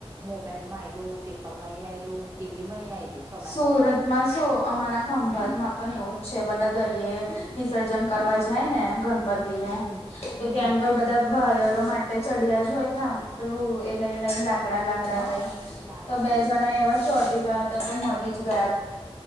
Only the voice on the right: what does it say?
મોબાઈલ માં આલું પેપર માં આલું ટીવી માં આયલું સમાચારમાં
હમ હમ
હા
લાકડા
ને એવું